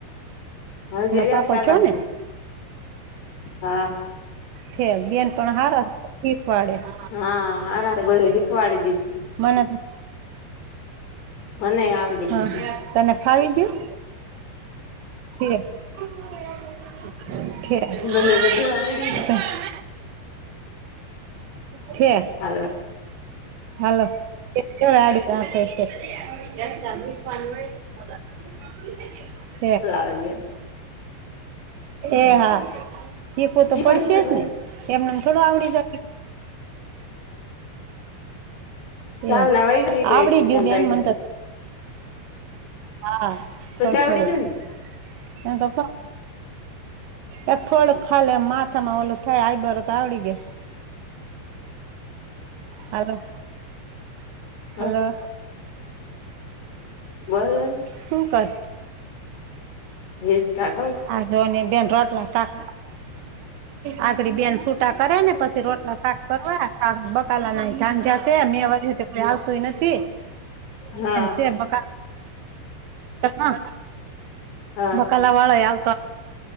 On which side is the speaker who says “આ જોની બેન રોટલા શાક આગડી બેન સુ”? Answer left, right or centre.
Right